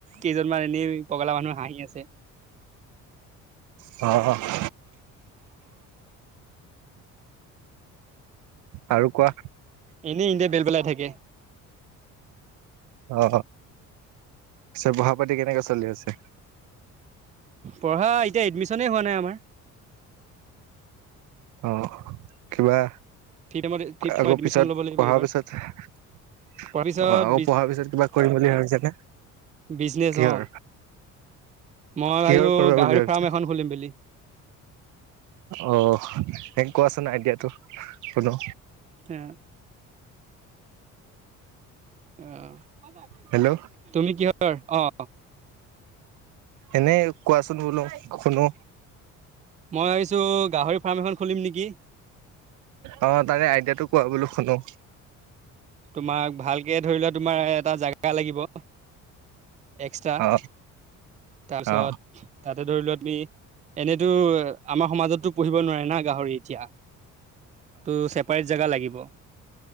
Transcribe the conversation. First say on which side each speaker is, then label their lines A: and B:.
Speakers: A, on the right; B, on the right.
A: কেইজনমান এনেই পগলা মানুহ হাঁহি আছে।
B: অ আৰু কোৱা।
A: এনেই ইহঁতে বেল বেলাই থাকে।
B: অ পঢ়া পাতি কেনেকে চলি আছে।
A: পঢ়া এতিয়া এডমিশ্যনে হোৱা নাই আমাৰ।
B: অ কিবা
A: ফিফ ছেমত ফিফ ছেমত
B: আকৌ
A: এডমিশন
B: পিছত
A: ল'ব লাগিব
B: পঢ়াৰ
A: এইবাৰ
B: পিছত অ
A: তাৰ পিছত
B: আকৌ পঢ়াৰ পিছত কিবা কৰিম বুলি ভাবিছানে?
A: বিজনেচ
B: কিহৰ
A: অ, মই
B: কিহৰ
A: আৰু
B: কৰিবা
A: গাহৰি
B: বুলি ভাবিছা
A: ফাৰ্ম এখন খুলিম বুলি।
B: অ হে কোৱাচোন আইডিয়াটো শুনো।
A: হে আহ
B: হেল্ল'
A: তুমি কিহৰ অ
B: এনেই কোৱাচোন বোলো শুনো।
A: মই ভাবিছো গাহৰি ফাৰ্ম এখন খুলিম নেকি।
B: অ তাকে আইডিয়াটো কোৱা বোলো শুনো।
A: তোমাক ভালকে ধৰি লোৱা তোমাৰ এটা জাগা লাগিব। এক্সটা
B: অ
A: তাৰপিছত।
B: অ
A: তাতে ধৰিলোৱা তুমি এনেতো আমাৰ সমাজতো পোঢ়িব নোৱাৰে না গাহৰি এতিয়া। টো ছেপাৰেট জেগা লাগিব।